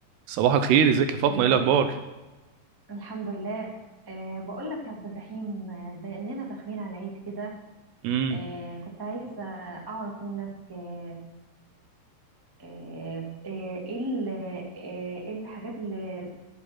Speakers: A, on the right; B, on the right.
A: صباح الخير ازيك يا فاطمه
B: آه
A: ايه الاخبار
B: الحمد لله آه بقول لك يا عبد الرحيم آه، بأننا داخلين على العيد كده
A: امم
B: آه كنت عايزة أعرف منك آه آه آه، إيه ال- آه، إيه الحاجات اللي,